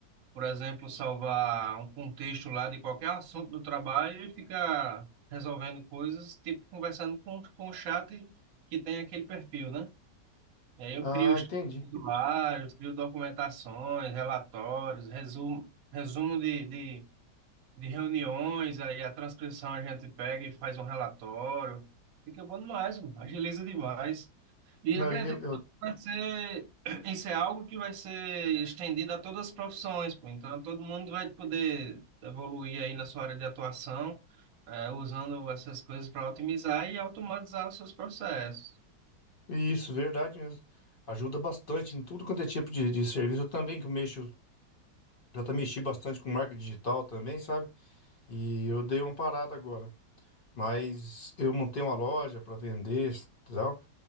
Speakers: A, on the right; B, on the left.
A: por exemplo, salvar um contexto lá de qualquer assunto do trabalho e ficar resolvendo coisas, tipo conversando com, com o chat que tem aquele perfil, né? E aí eu
B: Ah,
A: crio estudos,
B: entendi.
A: crio documentações, relatórios, resumo, resumo de, de de reuniões, aí a transcrição a gente pega e faz um relatório. Fica bom demais, mano. agiliza demais. E
B: Não,
A: acredito
B: ele, eu-
A: que vai ser, <clears throat> isso é algo que vai ser estendido a todas as profissões, pô. Então todo mundo vai poder evoluir aí na sua área de atuação, eh, usando essas coisas para otimizar e automatizar os seus processos.
B: isso, verdade mesmo. Ajuda bastante em tudo quanto é tipo de, de serviço. Eu também que eu mexo, já tá mexi bastante com marca digital também, sabe? E eu dei uma parada agora. Mas eu montei uma loja para vender, e tal.